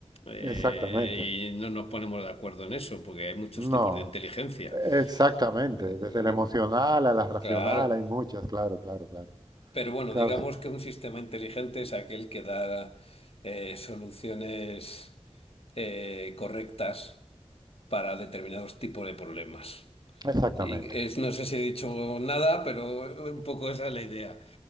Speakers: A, on the left (about 60°); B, on the right (about 40°).
A: Eh,
B: Exactamente.
A: y no nos ponemos de acuerdo en eso, porque hay muchos
B: No,
A: tipos de inteligencia.
B: exactamente.
A: Eh,
B: Desde la emocional a la racional
A: claro,
B: hay muchas, claro, claro, claro.
A: pero bueno,
B: Claro,
A: digamos que un sistema inteligente es aquel que da eh, soluciones eh, correctas para determinados tipos de problemas.
B: exactamente.
A: Y es- no sé si he dicho nada, pero un poco esa es la idea.